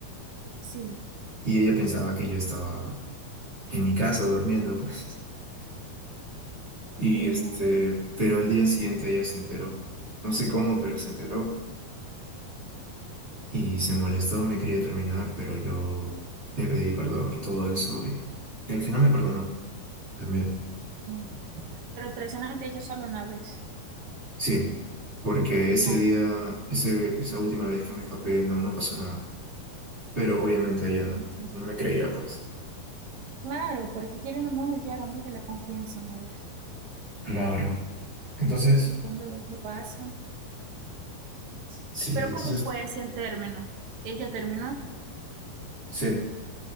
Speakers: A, on the right; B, on the right.
A: sí,
B: Y ella pensaba que yo estaba en mi casa durmiendo, pues. Y
A: y
B: este,
A: no.
B: pero al día siguiente ella se enteró. No sé cómo, pero se enteró y se molestó, me quería terminar, pero yo le pedí perdón y todo eso. Y, y al final me perdonó también.
A: Eh, Pero traicionaste a ella solo una vez.
B: Sí, porque ese
A: Ah,
B: día, ese, esa última vez que me escapé, no, no pasó nada. Pero obviamente ella no,
A: ok.
B: no me creía, pues.
A: Claro, porque quieren o no, ya era un de la confianza una vez.
B: Claro. Entonces,
A: Y cuando esto pasa.
B: sí,
A: Pero
B: entonces
A: ¿cómo fue así el término? Ella terminó,
B: Sí,